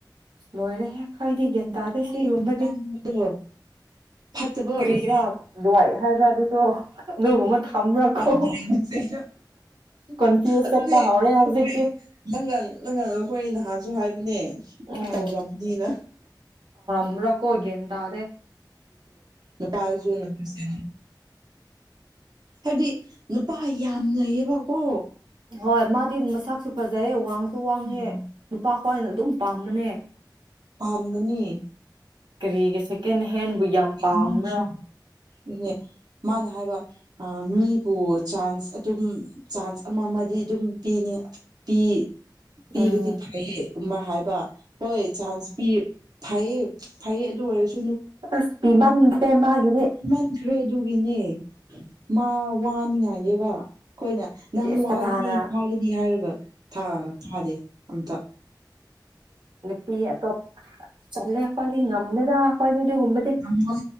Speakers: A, on the right; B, on the right.
A: ꯂꯣꯏꯔꯦꯦꯛ ꯍꯥꯏꯗꯤ ꯒ꯭ꯌꯥꯟ ꯇꯥꯗꯦ ꯁꯤꯒꯨꯝꯕꯗꯤ
B: ꯌꯥꯝ ꯀꯟꯕꯗꯣ ꯐꯠꯇꯕ
A: ꯀꯔꯤꯔꯥ ꯗꯨꯋꯥꯏ ꯍꯥꯏꯕ꯭ꯔꯥ ꯑꯗꯨꯁꯨ ꯑꯗꯨꯒꯨꯝꯕ ꯊꯝꯕ꯭ꯔꯥꯀꯣ
B: ꯄꯁꯩ
A: ꯀꯣꯟꯐ꯭ꯌꯨꯁ
B: ꯑꯗꯨꯗꯤ
A: ꯆꯠꯄ
B: ꯑꯩꯈꯣꯏ
A: ꯍꯧꯔꯦ ꯍꯧꯖꯤꯛꯇꯤ
B: ꯂꯪꯒꯜ ꯂꯪꯒꯜ ꯑꯩꯈꯣꯏ ꯅꯍꯥꯛ ꯁꯨ ꯍꯥꯏꯕꯅꯦ
A: ꯎꯝ
B: ꯇꯧꯔꯝꯅꯤꯅ
A: ꯅ꯭ꯔꯀ ꯍꯒꯦꯟ ꯑꯗꯦ
B: ꯗ ꯀꯥꯁꯨꯁꯦ ꯍꯥꯏꯕꯗꯤ ꯅꯨꯄꯥ ꯌꯥꯝꯅꯩꯌꯦꯕꯀꯣ
A: ꯍꯣꯏ ꯃꯥꯗꯤ ꯃꯁꯥꯛꯁꯨ ꯐꯖꯩꯌꯦ ꯋꯥꯡꯁꯨ ꯋꯥꯡꯉꯦ
B: ꯎꯝ
A: ꯅꯨꯄꯥ ꯈꯣꯏꯅ ꯑꯗꯨꯝ ꯄꯥꯝꯕꯅꯦ
B: ꯄꯝꯒꯅꯤ
A: ꯀꯔꯤꯒꯤ ꯁꯦꯀꯦꯟ ꯍꯦꯟꯕꯨ ꯌꯥꯝ ꯄꯥꯝꯕ꯭ꯔꯣ
B: ꯃꯥꯒꯤꯁꯨ ꯑꯗꯨꯅꯦ ꯃꯥꯅ ꯍꯥꯏꯕ ꯃꯤꯕꯨ ꯆꯥꯟꯁ ꯑꯗꯨꯝ ꯆꯥꯟꯁ ꯑꯃ ꯑꯃꯗꯤ ꯑꯗꯨꯝ ꯄꯤꯅꯤ ꯄꯤ ꯄꯤꯔꯗꯤ
A: ꯎꯝ
B: ꯐꯩꯌꯦ ꯀꯨꯝꯕ ꯍꯥꯏꯕ ꯍꯣꯏ ꯆꯥꯟꯁ ꯄꯤ ꯐꯩꯌꯦ ꯐꯩꯌꯦ ꯑꯣꯏ
A: ꯑꯁ ꯂꯤ ꯃꯟ ꯈ꯭ꯔꯦ ꯃꯥꯒꯤ
B: ꯏ ꯃꯟ ꯇ꯭ꯔꯦꯗꯨꯒꯤꯅꯦ ꯃꯥ ꯋꯥꯅꯤꯉꯥꯏꯅꯦꯕ ꯑꯩꯈꯣꯏꯅ ꯅꯪ
A: ꯏꯁ
B: ꯋꯥꯒꯅꯤ
A: ꯀꯅꯥꯅ
B: ꯋꯥꯒꯅꯤ ꯍꯥꯏꯔꯒ ꯊ ꯇꯥꯗꯦ ꯑꯝꯇ
A: ꯅꯨꯄꯤ ꯑꯇꯣꯞ ꯆꯂꯦ ꯑꯩꯈꯣꯏꯗꯤ ꯉꯝꯃꯦꯗ ꯑꯈꯣꯏ ꯑꯗꯨꯒꯨꯝꯕꯗꯤ
B: ꯉꯝꯃꯣꯏ